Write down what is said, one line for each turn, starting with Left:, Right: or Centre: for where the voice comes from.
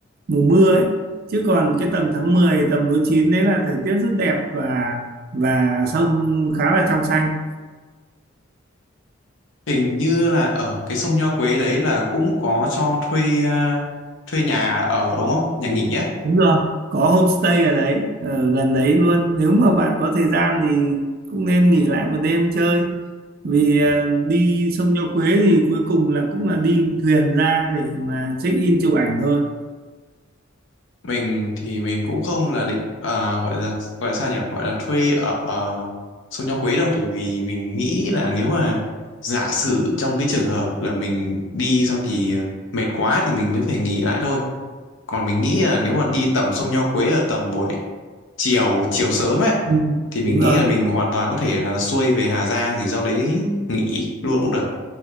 Right: mùa mưa ấy. Chứ còn cái tầm tháng 10 tầm lúa chín đấy là thời tiết rất đẹp và và sông khá là trong xanh.
Left: hình như là ở cái sông Nho Quế đấy là cũng có cho thuê à, thuê nhà ở đúng không nhà nghỉ á
Right: Đúng rồi, có homestay ở đấy, ở gần đấy luôn. Nếu mà bạn có thời gian thì cũng nên nghỉ lại một đêm chơi. Vì à, đi sông Nho Quế thì cuối cùng là cũng là đi thuyền ra để mà check in chụp ảnh thôi.
Left: mình thì mình cũng không là định à, gọi là gọi là sao nhỉ gọi là thuê ở uh, Sông Nho Quế đâu bởi vì mình nghĩ là nếu mà giả sử trong cái trường hợp là mình đi xong thì mệt quá thì mình mới phải nghỉ lại thôi còn mình nghĩ là nếu mà đi tầm Sông Nho Quế ở tầm buổi chiều chiều sớm ấy
Right: Ừ,
Left: thì mình
Right: Đúng
Left: nghĩ
Right: rồi.
Left: là mình hoàn toàn có thể là xuôi về Hà Giang thì sau đấy nghỉ luôn cũng được